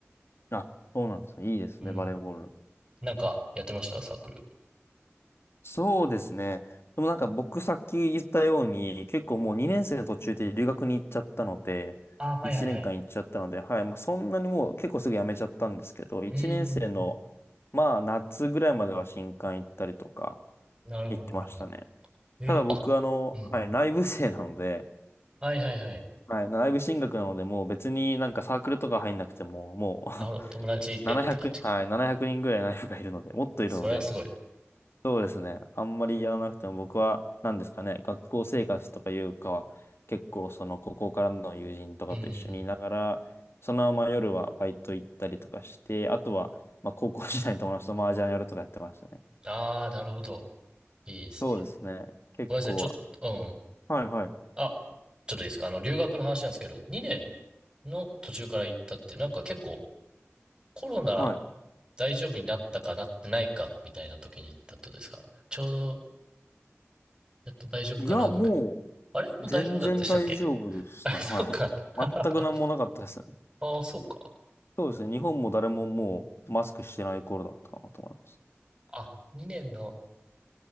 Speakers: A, on the left; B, on the right.
A: あ、そうなんですね。いいですね、
B: うん。
A: バレーボール。
B: なんかやってましたサークル。
A: そうですね。でもなんか僕さっき言ったように、結構もう2年生の途中で留学に行っちゃったので、
B: あ、はいはいはい。
A: 1年間行っちゃったので、はい、まあそんなにもう結構すぐ辞めちゃったんですけど、1年生のまあ夏ぐらいまでは新歓行ったりとか
B: うんうんうん。なるほどなるほど。
A: 行ってましたね。
B: えー、
A: ただ僕あの、
B: あ、うん。
A: はい、内部生なので、
B: はいはいはい。
A: はい、内部進学なので、もう別になんかサークルとか入んなくても、もう
B: なるほど。友達いてって感じか。
A: <laughs> 700、はい、700人ぐらい内部がいるので、もっといるので、
B: それはすごい。
A: そうですね。あんまりやらなくても僕は何ですかね、学校生活とかいうかは、結構その高校からの友人とかと一緒にいながら、
B: うんうんうん。
A: そのまま夜はバイト行ったりとかして、あとはまあ高校時代の友達と麻雀やるとかやってましたね。
B: ああ、なるほど。いいですね。
A: そうですね。結構は。
B: ごめんなさい。ちょっと、うん。
A: はいはい。
B: あ、ちょっといいですか。あの、留学の話なんですけど、2年の途中から行ったって、なんか結構コロナ
A: はい。
B: 大丈夫になったかなってないかみたいな時に行ったってことですか。ちょうど、やっと大丈夫かなぐらい。
A: いや、も
B: あれもう大丈夫だってしたっけ
A: う全然大丈夫でしたね。
B: <laughs> あ、そうか。
A: はい
B: <laughs>
A: はい。
B: あ
A: 全く何もなかったですね。
B: あ、そうか。
A: そうですね。日本も誰ももうマスクしてない頃だったかなと思います。
B: あ、2年の、